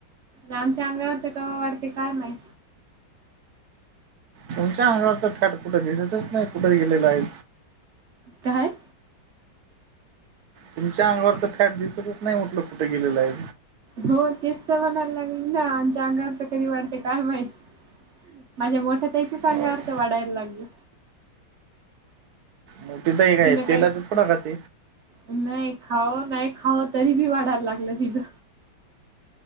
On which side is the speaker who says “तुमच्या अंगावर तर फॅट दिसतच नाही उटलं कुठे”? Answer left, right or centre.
Right